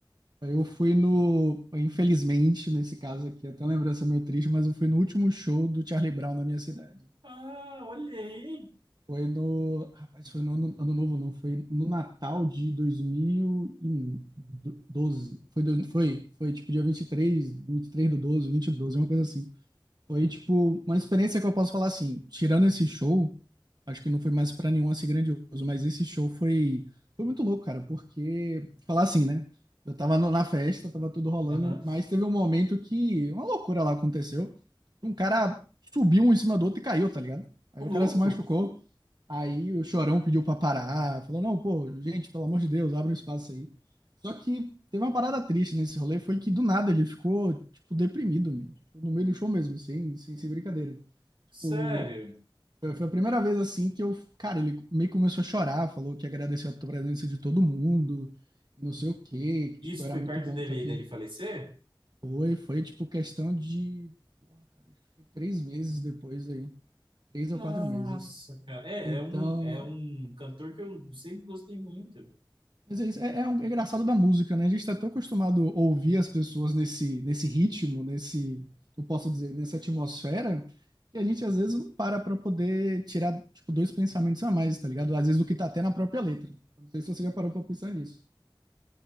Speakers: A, on the right (about 55°); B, on the right (about 80°).
A: Eu fui no, infelizmente, nesse caso aqui, até lembrança meio triste, mas eu fui no último show do Charlie Brown na minha cidade.
B: Ah, olha aí.
A: Foi no. Rapaz, foi no ano, ano novo, não. Foi no Natal de 2012. Foi, dois- foi, foi tipo dia 23, três do 12 20 do 12, uma coisa assim. Foi, tipo, uma experiência que eu posso falar assim, tirando esse show, acho que não foi mais pra nenhum assim grandioso, mas esse show foi, foi muito louco, cara, porque, falar assim, né? Eu tava no- na festa, tava tudo rolando,
B: Aham.
A: mas teve um momento que uma loucura lá aconteceu. Um cara subiu um em cima do outro e caiu, tá ligado? Aí
B: Ô,
A: o
B: louco.
A: cara se machucou, aí o Chorão pediu pra parar, falou, não, pô, gente, pelo amor de Deus, abre um espaço aí. Só que teve uma parada triste nesse rolê, foi que do nada ele ficou, tipo, deprimido, man. Tipo, no meio do show mesmo, sem, sem, sem brincadeira. Tipo,
B: Sério.
A: foi foi a primeira vez assim que eu, cara, ele meio que começou a chorar, falou que agradeceu a presença de todo mundo, e não sei o quê, que, tipo,
B: Isso
A: era
B: foi
A: muito
B: perto
A: bom
B: dele,
A: estar aqui.
B: dele falecer?
A: Foi, foi, tipo, questão de, porra, cara, acho que foi três meses depois aí, três ou
B: Nossa,
A: quatro meses.
B: cara. É,
A: Então,
B: é um, é um cantor que eu sempre gostei muito.
A: Mas é isso, é, é, um- é engraçado da música, né? A gente está tão acostumado a ouvir as pessoas nesse, nesse ritmo, nesse, eu posso dizer, nessa atmosfera, que a gente às vezes não para para poder tirar, tipo, dois pensamentos a mais, tá ligado? Às vezes o que tá até na própria letra. Não sei se você já parou para pensar nisso.